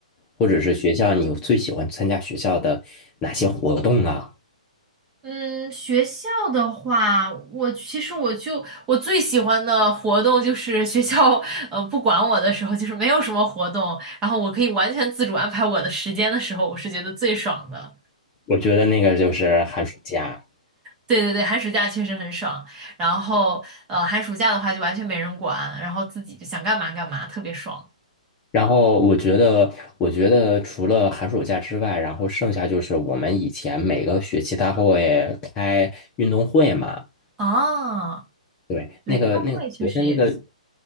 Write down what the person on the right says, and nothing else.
嗯，学校的话，我其实我就我最喜欢的活动就是学校，呃，不管我的时候，就是没有什么活动，然后我可以完全自主安排我的时间的时候，我是觉得最爽的。
对对对，寒暑假确实很爽。然后，呃，寒暑假的话就完全没人管，然后自己就想干嘛干嘛，特别爽。
啊，
对，
运动会确实也是。